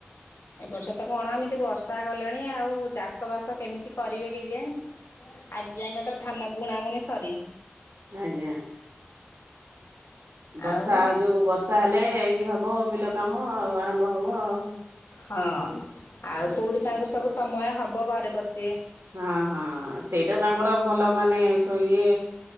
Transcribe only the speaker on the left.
ଏବପର୍ଷ ତ କଣ ଏମିତି ବର୍ଷା ଗଲେଣି ଆଉ ଚାଷ ବାସ କେମିତି କରିବେ କେଯାଣି। ଆଜି ଯାଇକ ତ ଧାନ ବୁଣା ବୁଣି ସରିନି।
ଆଉ
ହଁ ଆଉ କେଉଁଠି ତାଙ୍କୁ ସବୁ ସମୟ ହେବ ଘରେ ବସିବେ।